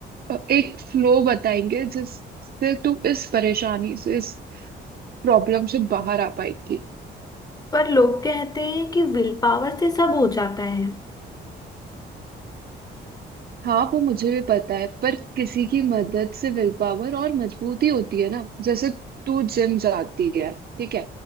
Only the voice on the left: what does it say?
पर लोग कहते हैं कि विल पावर से सब हो जाता है